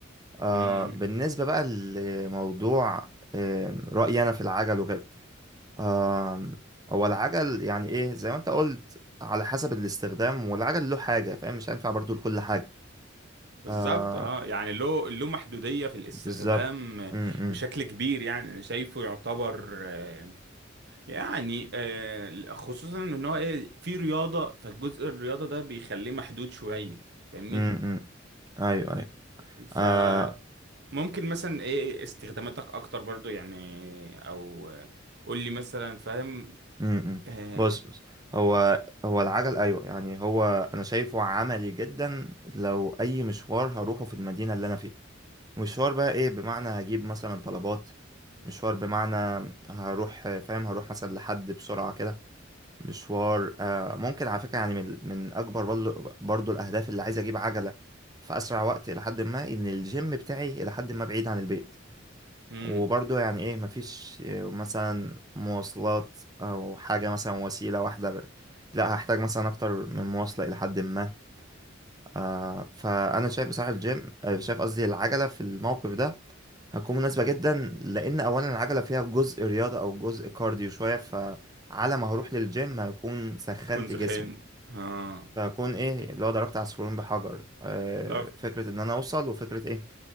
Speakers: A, on the right; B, on the right.
A: آه
B: امم
A: بالنسبة بقى لموضوع آه رأيي أنا في العجل وكده آه هو العجل يعني إيه زي ما أنت قلت على حسب الاستخدام والعجل له حاجة فاهم مش هينفع برضو لكل حاجة
B: بالظبط
A: آه
B: اه يعني له له محدودية في الاستخدام
A: بالظبط م- م.
B: بشكل كبير يعني انا شايفه يعتبر آه، يعني آه، خصوصا ان هو ايه في رياضة فالجزء الرياضة ده بيخليه محدود شوية فاهمني
A: امم ايوه ايوه
B: فممكن
A: آه
B: مثلا ايه استخداماتك اكتر برضو يعني او آه، قول لي مثلا فاهم
A: امم
B: آه،
A: بص بص هو هو العجل ايوه يعني هو انا شايفه عملي جدا لو اي مشوار هروحه في المدينه اللي انا فيها مشوار بقى ايه بمعنى هجيب مثلا طلبات مشوار بمعنى هروح فاهم هروح مثلا لحد بسرعه كده مشوار آه ممكن على فكره يعني من من اكبر برضو برضو الاهداف اللي عايز اجيب عجله في اسرع وقت لحد ما ان الجيم بتاعي لحد ما بعيد عن البيت
B: امم
A: وبرضه يعني ايه مفيش آه، مثلا مواصلات او حاجة مثلا وسيلة واحدة لا هحتاج مثلا اكتر من مواصلة الى حد ما آه فانا شايف بصراحة الجيم آه، شايف قصدي العجلة في الموقف ده هتكون مناسبة جدا لان اولا العجلة فيها جزء رياضة او جزء كارديو شوية فعلى ما هروح للجيم هكون سخنت
B: تكون زخين
A: جسمي
B: اه
A: فهكون ايه اللي هو ضربت عصفورين بحجر آه
B: لا
A: فكرة ان انا اوصل وفكرة ايه